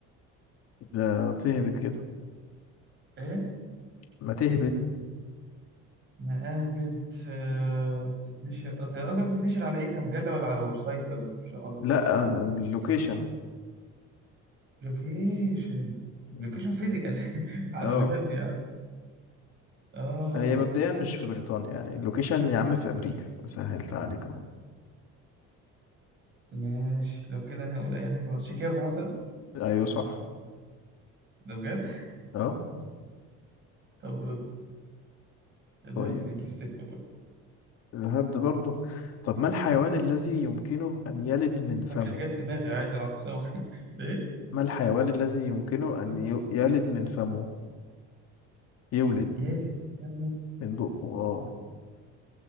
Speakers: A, on the left; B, on the right.
A: ده تهبد كده
B: إيه؟
A: ما تهبد
B: مآهبت آه، بتتنشر أنت قصدك بتتنشر على إيه كمجلة ولا على ويب سايت ولا مش فاهم قصدك
A: لا
B: إيه؟
A: اللوكيشن
B: لوكيشن
A: مم.
B: لوكيشن فيزيكال <laughs> على
A: اه
B: بجد يعني اه
A: هي مبدئيا مش في بريطانيا يعني اللوكيشن يا عم في أمريكا سهلت عليك اهو
B: ماشي لو كده انا اقول اي حاجه مثلا شيكاغو مثلا
A: أيوه صح
B: ده بجد
A: اه
B: طب برضه الهبد
A: طيب
B: بيجيب سكه برضه
A: الهبد برضه طب ما الحيوان الذي يمكنه أن يلد من فمه
B: ما جا- اللي جت في دماغي عادي العاصمه <laughs> ايه
A: ما الحيوان الذي يمكنه أن ي- يلد من فمه يولد
B: يا
A: من
B: اللي بيستنوا،
A: من بقه اه